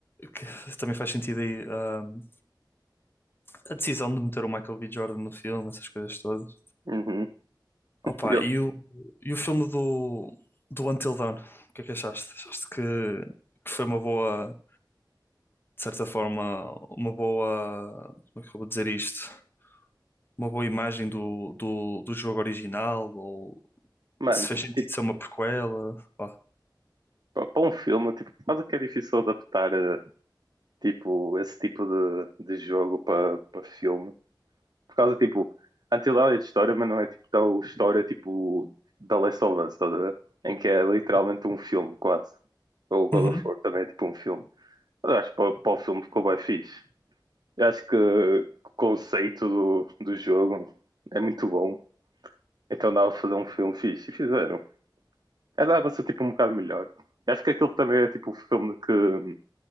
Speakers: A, on the left (about 25°); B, on the right (about 60°).
A: que <laughs> também faz sentido aí ahm, a decisão de meter o Michael B. Jordan no filme, essas coisas todas.
B: uhum.
A: Opa,
B: eu-
A: e o, e o filme do, do Until Dawn, o que é que achaste? Achaste que, que foi uma boa, de certa forma, uma boa, como é que eu vou dizer isto? Uma boa imagem do, do, do jogo original, ou
B: mano,
A: se fez sentido
B: tipo,
A: ser uma prequela? Pá.
B: para um filme, tipo, quase que é difícil adaptar eh, tipo, esse tipo de, de jogo para para filme. Por causa, tipo, Until Dawn é de história, mas não é tipo tal história tipo da Last of Us, estás a ver? Em que é literalmente um filme, quase. Ou God
A: Uhum.
B: of War também é tipo um filme. Mas acho que para, para o filme ficou bem fixe. Eu acho que o conceito do, do jogo é muito bom. Então dava pra fazer um filme fixe. E fizeram. Era dava pra ser tipo um bocado melhor. Eu acho que aquele também é tipo o filme que